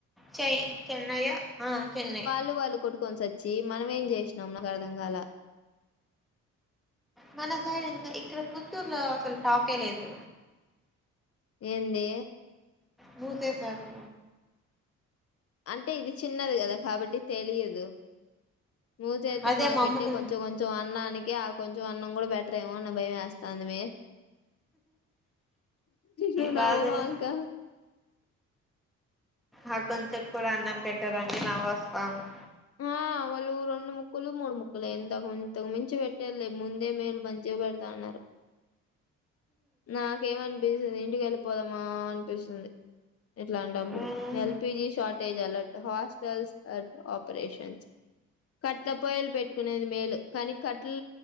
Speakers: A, in the centre; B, on the left.
A: చెై చెన్నై ఓ ఆ చెన్నై
B: వాలు వాలు కొట్టుకొని చచ్చి మనమేం చేసినాం నాకు అర్ధం కాల
A: మన సైడ్ ఇంగ ఇక్కడ కుత్తూరులో అసలు టాకే లేదు
B: ఏంది
A: మూసేసారు
B: అంటే ఇది చిన్నది కదా కాబట్టి తెలియదు మూచేతే
A: అదే
B: మాకు
A: మా
B: పెట్టే
A: అమ్మ తి
B: కొంచెం కొంచెం అన్నానికి ఆ కొంచెం అన్నం కూడా బెటర్ ఏమో అని భయమేస్తందమి నువ్వు
A: వాదులు
B: నవ్వమాకా
A: ఆ కొంచెం కూడా అన్నం పెట్టరంటే నవ్వోస్తాంది
B: ఆ మా వోళ్ళు రెండు ముక్కలు మూడు ముక్కలు ఇంతకు ఇంతకు మించి పెట్టేలే ముందే మేలు మంచిగా పెడతాన్నారు నాకేమనిపిస్తది ఇంటికి వెళ్ళిపోదామా అనిపిస్తుంది ఇట్లాటపుడు
A: మ్మ్
B: LPG shortage alert hostels at ఆప్ ప్రేషన్స్ కట్ల పొయలు పెట్టుకునేది మేలు కానీ కట్లు